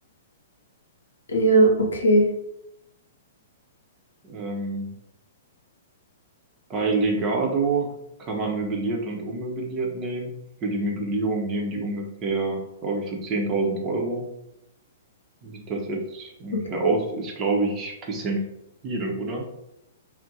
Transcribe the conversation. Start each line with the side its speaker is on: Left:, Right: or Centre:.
Left: Ja, okay,
Right: Ähm, bei Legado kann man möbliert und unmöbliert nehmen. Für die Möblierung nehmen die ungefähr, glaube ich, so 10.000 Euro. sieht das jetzt ungefähr
Left: okay.
Right: aus? Ist, glaube ich, ein bisschen viel, oder?